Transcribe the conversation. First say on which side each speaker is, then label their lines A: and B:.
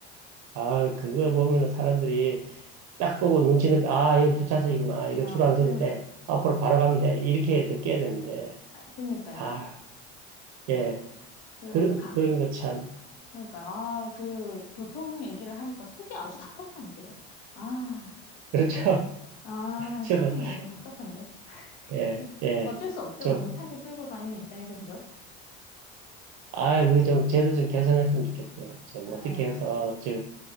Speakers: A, on the right (about 60°); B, on the left (about 75°).
A: 아, 그걸 보면은 사람들이 딱 보고 눈치 늦게, 아, 얘는 두 차선이구나. 이거
B: 그나,
A: 줄 안
B: 그래.
A: 서도 돼. 앞으로 바로 가면 돼. 이렇게 느껴야 되는데.
B: 아, 그니까요.
A: 아, 예.
B: 그,
A: 그,
B: 가,
A: 그런 거 참.
B: 그러니까, 아, 그, 교통 얘기를 하니까 속이 아주 답답한데요. 아,
A: 그렇죠.
B: 아,
A: <laughs> 저도,
B: 속이 너무 답답한데.
A: 예,
B: 그
A: 예.
B: 어쩔 수 없죠.
A: 좀
B: 뭐, 타이를 끌고 다니는 입장에서, 그죠?
A: 아, 그 좀, 제도 좀 개선했으면 좋겠어요. 좀
B: 네.
A: 어떻게 해서, 저,